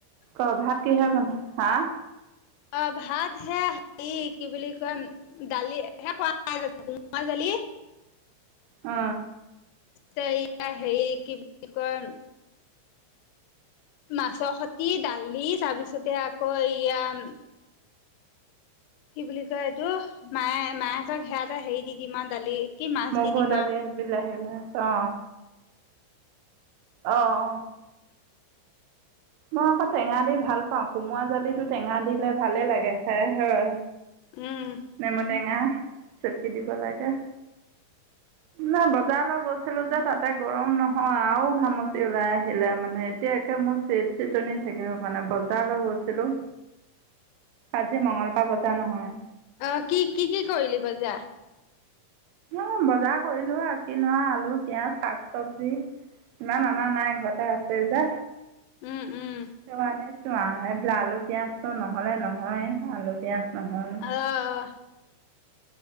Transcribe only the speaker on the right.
ক ভাত কিহে বনাই? হা।
অ।
মগু,
দালি,
বিলাহী মাছ অ। অ অ মই আকৌ টেঙা দি ভাল পাওঁ। কোমৰা জালিটো টেঙা দিলে ভালে লাগে খাই হয়।
নেমু টেঙা চেকি দিব লাগে। নাই বজাৰ লৈ গ'ল ছিলো যে তাতে গৰম নহয় আৰু ঘামচি ওলাই আহিলে মানে। এতিয়া একে - চিট চিটনি থাকিব পৰা নাই বজাৰলৈ গৈছিলোঁ। আজি মঙলবাৰ বজাৰ নহয়।
অ বজাৰ কৰিলোঁ আৰু কিনো আলু পিঁয়াজ শাক চবজি। ইমান অনা নাই ঘৰতে আছে যে।
আনিছোঁ আ এইবিলাক আলু পিয়াজটো নহ'লে নহয় আলু পিয়াজ নহয়।